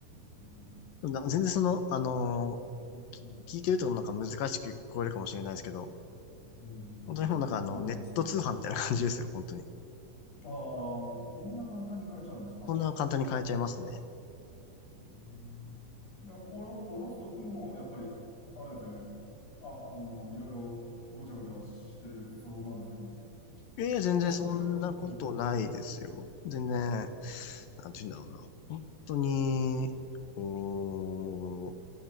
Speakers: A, on the left; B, on the left.
A: ん、
B: でもなんか全然その、あの、
A: うん、うん、
B: き聞いてるとなんか難しく聞こえるかもしれないですけど、
A: うん、
B: 本当にもうなんかあの、
A: うんそうなんですよね。
B: ネット通販みたいな感じですよ、本当に。
A: ああ、そんな簡単に買えちゃうんですか。
B: そんな簡単に買えちゃいますね。
A: うん。いや、おろ、おろすときも、やっぱり、あれですよね。あ、あの、いろいろごちゃごちゃしてそうなんですけど、
B: いやいや、全然そんなことないですよ。
A: おろすときはおろす。うん。
B: 全然、なんて言うんだろうな。本当に、おー